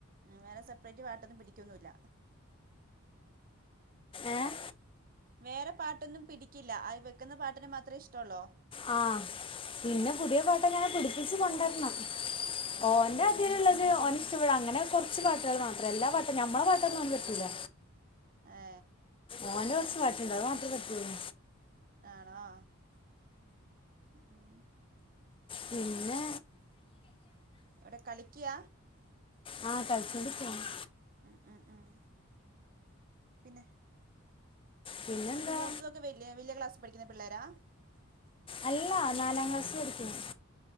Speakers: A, on the right; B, on the left.
A: വേറെ സെപ്പറേറ്റ് പാട്ടൊന്നും പിടിക്കൊന്നുല്ല
B: ഏഹ്
A: വേറെ പാട്ടൊന്നും പിടിക്കില്ല അത് വെക്കുന്ന പാട്ടിനെ മാത്രമേ ഇഷ്ടള്ളോ
B: ആഹ് പിന്നെ പുതിയ പാട്ട് അങ്ങനെ പിടിപ്പിച്ച് കൊണ്ട് വരണം ഓന്റെ
A: ഏ
B: ഇതിലുള്ള
A: ഏ
B: ഓന് ഇഷ്ടപെടും അങ്ങനെ കുറച്ചു പാട്ടുകൾ മാത്രം എല്ലാ പാട്ടും ഞമ്മളെ പാട്ടൊന്നൊന്നും ഓൻക്ക് പറ്റൂല
A: ഏ
B: ഓന്റെ കുറച്ച് പാട്ടുണ്ട് അത് മാത്ര പറ്റുള്ളൂ
A: ആണോ ഉം
B: പിന്നെ
A: എവിടെ കളിക്കുക
B: ആഹ് കഴിച്ചോണ്ട്ക്കാണ്
A: ഉം ഉം ഉം പിന്നെ
B: പിന്നെന്താ
A: അപ്പൊ മൂത്ത വലിയ വലിയ ക്ലാസ്സിൽ പഠിക്കുന്ന പിള്ളേരാ
B: അല്ല നാലാം ക്ലാസിൽ പഠിക്ക്ണ്